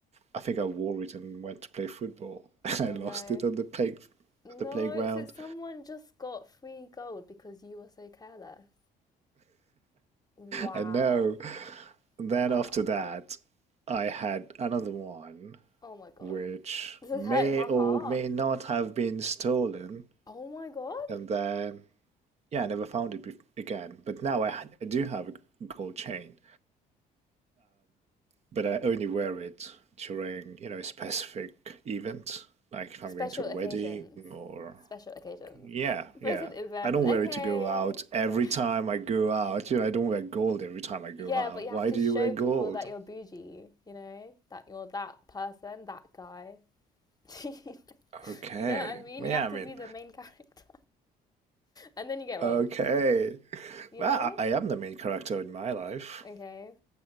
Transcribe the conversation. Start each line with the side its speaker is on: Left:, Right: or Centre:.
Right: I think I wore it and went to play football, <laughs> and I
Left: Oh
Right: lost
Left: no.
Right: it at the play,
Left: No,
Right: at the playground.
Left: so someone just got free gold because you were so careless. Wow.
Right: And no, then
Left: Wow.
Right: after that, I had another one,
Left: Oh my god.
Right: which
Left: This is
Right: may
Left: hurting my
Right: or
Left: heart.
Right: may not have been stolen,
Left: Oh my god.
Right: and then Yeah, I never found it bef- again. But now I, ha- I do have a gold chain, but I only wear it during, you know, specific events, like if I'm
Left: Special
Right: going to
Left: occasions.
Right: a wedding or
Left: Special occasions.
Right: yeah, yeah.
Left: Person events.
Right: I don't
Left: Okay.
Right: wear it to go out every
Left: Okay.
Right: time I go out. You know, I don't wear gold every time I go
Left: Yeah,
Right: out.
Left: but you
Right: Why
Left: have to
Right: do
Left: show
Right: you wear gold?
Left: people that you're bougie, you know, that you're that person, that guy. <laughs> you
Right: Okay.
Left: know what I mean?
Right: Well,
Left: You
Right: Yeah,
Left: have
Right: I
Left: to
Right: mean,
Left: be the main <laughs> character. And then you get robbed,
Right: okay. <laughs>
Left: you
Right: Well,
Left: know?
Right: I I am the main character in my life,
Left: Okay,